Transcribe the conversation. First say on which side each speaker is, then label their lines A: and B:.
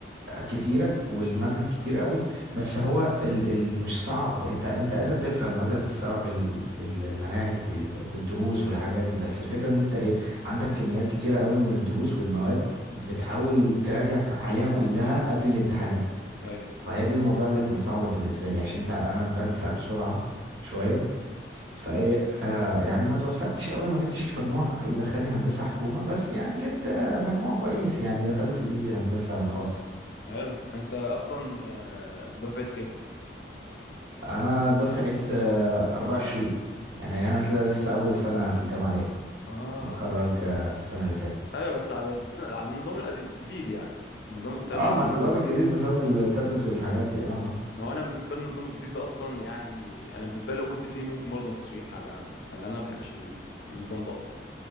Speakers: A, on the right; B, on the left.
A: كتيرة والمنهج كتير قوي بس هو ال ال مش صعب انت انت قادر تفهم وقادر تستوعب ال- المناهج وال والدروس والحاجات دي بس الفكرة ان انت ايه عندك كميات كتيرة قوي من الدروس والمواد بتحاول تراجع عليها كلها قبل الامتحانات
B: ايوه
A: فهي دي الموضوع اللي كان صعب بالنسبة لي عشان انت انا بنسى بسرعة شوية فايه آه يعني ما توفقتش قوي ما جبتش مجموع يدخلني هندسة حكومة بس يعني جبت آه، مجموع كويس يعني دخلت بيه هندسة خاص
B: حلو انت اصلا آه، دفعه ايه
A: انا دفعة آه، 24 يعني انا كده لسه اول سنة في الجامعة ليا
B: اه
A: واتخرج آه، السنة اللي فاتت
B: ايوه بس على السنة... على النظام القديم- الجديد يعني النظام التابلت
A: اه ما
B: والنظام
A: النظام
B: الجديد
A: الجديد نظام التابلت والحاجات دي اه
B: ما هو انا بالنسبه لي النظام الجديد ده اصلا يعني انا بالنسبه لي لو كنت فيه ممكن برضه ما كنتش اجيب حاجه انا لان انا ما بحبش النظام ده اصلا